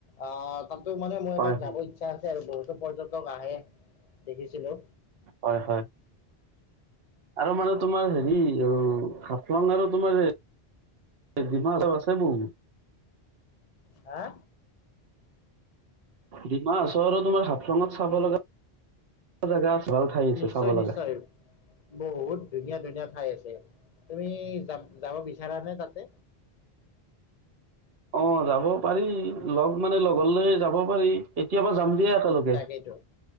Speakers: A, on the left; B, on the right.
A: আহ তাতটো মানে মোৰ
B: হয়
A: এবাৰ যাব ইচ্ছা আছে আৰু বহুতো পৰ্যটক আহে দেখিছিলো
B: হয় হয় আৰু মানে তোমাৰ হেৰি অ হাফলং আৰু তোমাৰ ডিমাচাওঁ আছে মোৰ
A: হা
B: ডিমা হচৰ তোমাৰ হাফলঙত চাব লগা জোগা আছে। ভাল ঠাই আছে
A: নিশ্চয়,
B: চাব লগা
A: নিশ্চয় বহুত ধুনীয়া ধুনীয়া ঠাই আছে। তুমি যাম যাব বিচাৰ নে তাতে?
B: অ' যাব পাৰি লগ মানে লগ ল যাব পাৰি এতিয়াবা যাম দিয়া। একেলগে
A: তাকেইটো